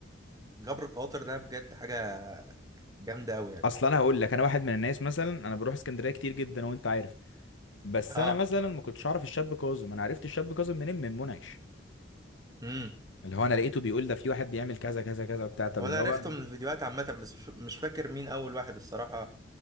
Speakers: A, on the right; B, on the left.
A: جبر الخواطر ده بجد حاجه جامده قوي يعني
B: اصل انا هقول لك انا واحد من الناس مثلا انا بروح اسكندريه كتير جدا وانت عارف بس
A: اه
B: انا مثلا ما كنتش اعرف الشاب كاظم انا عرفت الشاب كاظم منين من منعش
A: امم
B: اللي هو انا لقيته بيقول ده في واحد بيعمل كذا كذا كذا بتاع طب
A: وانا
B: اللي
A: عرفته
B: هو انا
A: من الفيديوهات عامه بس مش مش فاكر مين اول واحد الصراحه